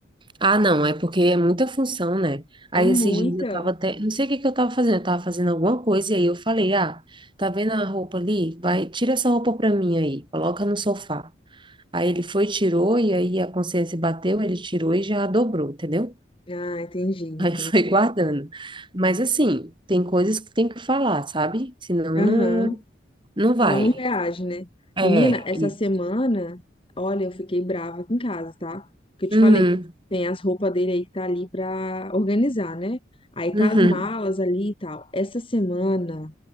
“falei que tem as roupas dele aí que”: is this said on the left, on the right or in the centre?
Left